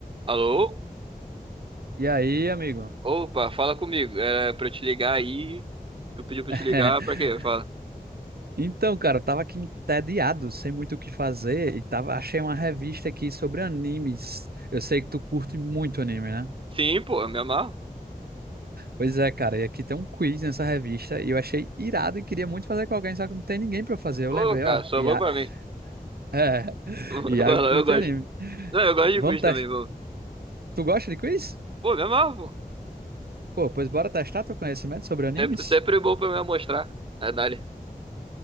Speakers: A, on the right; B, on the right.
A: Alô?
B: E aí, amigo?
A: Opa, fala comigo. É pra eu te ligar aí. Tu pediu pra
B: <laughs>
A: eu te ligar pra quê? Fala.
B: Então, cara, eu tava aqui entediado, sem muito o que fazer, e tava, achei uma revista aqui sobre animes. Eu sei que tu curte muito anime, né?
A: Sim, pô, eu me amarro.
B: Pois é, cara, e aqui tem um quiz nessa revista, e eu achei irado e queria muito fazer com alguém, só que não tem ninguém pra fazer. Eu
A: Ô,
B: lembrei,
A: cara,
B: ó,
A: só
B: Ia...
A: vou pra mim.
B: <laughs> é,
A: <laughs>
B: Iago
A: Fala,
B: curte
A: Eu gosto.
B: anime.
A: Não, eu gosto de
B: Vamos
A: quiz
B: testar.
A: também, pô.
B: Tu gosta de quiz?
A: Pô, me amarro, pô.
B: Pô, pois bora testar teu conhecimento sobre animes?
A: Sempre, sempre bom pra me mostrar. É, dali.